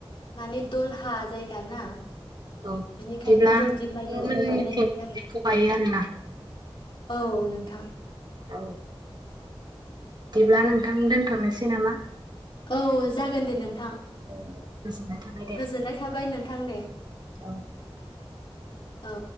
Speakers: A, on the left; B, on the right.
A: माने दलहा जायगा ना।
B: औ
A: बिनिखायनो
B: बिदिब्ला
A: रनजित
B: नोंथांमोननिथिं
A: माइखौ गायनाय नुयो आरो
B: जिटखौ गायो आरोना।
A: औ नोंथां।
B: औ। बिदिब्ला नोंथां दोनथ'नोसै नामा।
A: औ जागोन दे नोंथां।
B: ओं दे। गोजोननाय थाबाय दे
A: गोजोननाय थाबाय नोंथां दे।
B: औ।
A: औ।